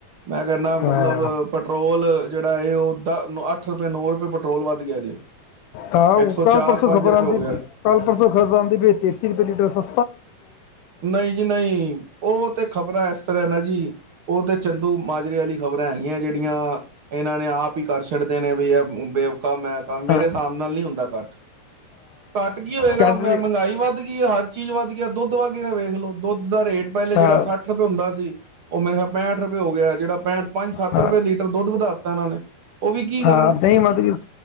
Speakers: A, on the right; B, on the left.
A: ਮੈਂ ਕਹਿੰਦਾ ਮਤਲਬ
B: ਹਾਂ
A: ਪੈਟਰੋਲ ਲ ਜਿਹੜਾ ਇਹ ਉਹ ਅੱਠ ਰੁਪਏ ਨੌ ਰੁਪਏ ਪੈਟਰੋਲ ਵੱਧ ਗਿਆ ਜੇ
B: ਹਹ
A: ਇੱਕ ਸੌ ਚਾਰ
B: ਕੱਲ੍ਹ ਪਰਸੋਂ
A: ਪੰਜ
B: ਖਬਰ
A: ਰੁਪਏ
B: ਆਉਂਦੀ
A: ਹੋ ਗਿਆ
B: ਕੱਲ੍ਹ ਪਰਸੋਂ ਖ਼ਬਰ ਆਉਂਦੀ ਬ ਤੇਤੀ ਰੁਪਏ ਦੀ ਡਰੱਸਾਂ
A: ਨਹੀਂ ਜੀ ਨਹੀਂ ਉਹ ਤੇ ਖ਼ਬਰਾਂ ਇਸ ਤਰ੍ਹਾਂ ਨਾ ਜੀ ਉਹ ਤੇ ਚੰਦੂ ਮਾਜਰੇ ਵਾਲੀ ਖ਼ਬਰਾਂ ਹੈਗੀਆਂ ਜਿਹੜੀਆਂ ਆਪੜੀਆਂ ਇਹਨਾਂ ਨੇ ਆਪ ਹੀ ਕਰ ਛੱਡਦੇ ਨੇ ਵੀ ਇਹ <inaudible> ਮੈਂ ਕੰਮ ਮੇਰੇ
B: ਹਾਂ
A: ਹਿਸਾਬ ਨਾਲ ਨਹੀਂੀ ਹੁੰਦਾ ਅੱਠ ਘੱਟ ਕੀ ਹੋਏਗਾ
B: ਕਹਿੰਦੇ
A: ਮਹਿੰਗਾਈ ਵੱਧ ਗਈ ਹੈ ਹਰ ਚੀਜ਼ ਵੱ ਗਿਆ ਦੁੱਧੱਧ ਗਿਆ ਵਖ ਲ ਲੋ ਦੁੱਧ ਦੁੱਧ ਦਾ ਰੇਟ ਪਹਿਲੇ ਜਿਹੜਾ
B: ਹਾਂ
A: ਸੱਠ ਰੁਪਏ ਹੁੰਦਾ ਸੀ ਉਹ ਮੇਰੇ ਪਹਠ ਰੁਪਏ ਹੋ ਗਿਆ ਜਿਹੜਾ ਪੈਂਹਠ ਪੰਜ ਸੱਤ
B: ਹਾਂ
A: ਰੁਪਏ ਲੀਟਰ ਦੁੱਧ ਵਧਾ ਦਿੱਤਾ ਇਹਨਾਂ ਨੇ ਉਹ ਵੀ ਕੀ ਕਰਨ
B: ਹਾਂ ਦਹੀਂ ਵੱਧ ਗਈ